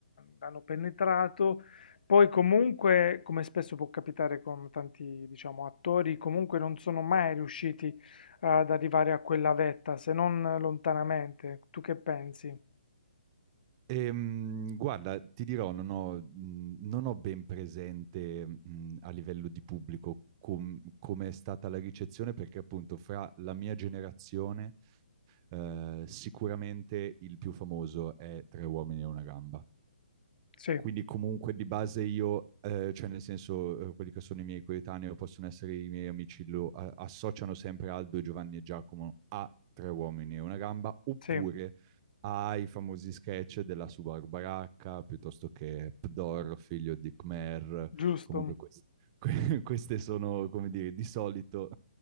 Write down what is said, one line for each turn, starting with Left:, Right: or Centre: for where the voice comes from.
Left: l'hanno penetrato, poi comunque, come spesso può capitare con tanti, diciamo, attori, comunque non sono mai riusciti eh, ad arrivare a quella vetta, se non lontanamente. Tu che pensi?
Right: Ehm, guarda, ti dirò, non ho, mh, non ho ben presente, mh, a livello di pubblico com- come è stata la ricezione, perché appunto fra la mia generazione eh, sicuramente il più famoso è Tre uomini e una gamba.
Left: Sì,
Right: Quindi comunque di base io, eh, cioè nel senso eh, quelli che sono i miei coetanei o possono essere i miei amici, lo a- associano sempre Aldo, Giovanni e Giacomo a Tre uomini e una gamba, oppure
Left: sì,
Right: ai famosi sketch della Subaru Baracca, piuttosto che Pdor, figlio di Khmer,
Left: giusto.
Right: comunque questi- que- <laughs> queste sono, come dire, di solito